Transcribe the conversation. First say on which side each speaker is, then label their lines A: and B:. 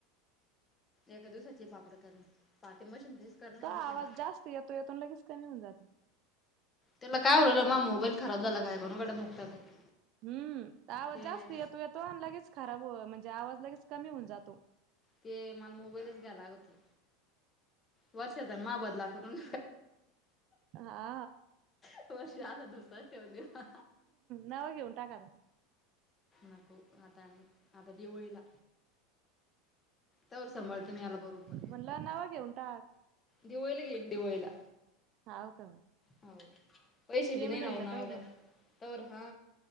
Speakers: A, on the left; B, on the right.
A: एका दिवसाचेये पापडं करनं. पाहते मशीन चेच करणये.
B: आवाज
A: मशीन
B: जास्त तो येतो अन लगेच कमी होऊन जातो.
A: त्याला काय होऊ राहायलं, माहा मोबाईल खराब झाला काय <unintelligible>
B: हम्म आवाज
A: ते
B: जास्त येतो येतो आणि लगेच खराब म्हणजे आवाज लगेच कमी होऊन जातो.
A: ते मला मोबाईलच द्याय लागते. वर्षाचा माबदला कुठून
B: आ हा
A: ह्या वर्षी आनतच नाय ठेऊन देला.
B: नवा घेऊन टाका आता.
A: नको आता आता दिवाळीला. तवर सांभाळते मी याला बरोबर
B: म्हणल नवा घेऊन टाक.
A: दिवाळीला घेईन दिवाळीला.
B: हाव का.
A: हाऊ, पैसे
B: पेमेंट
A: बी नाही ना
B: होईन
A: ओ नवा
B: तवर
A: घ्यायला.
B: लोक
A: तवर हा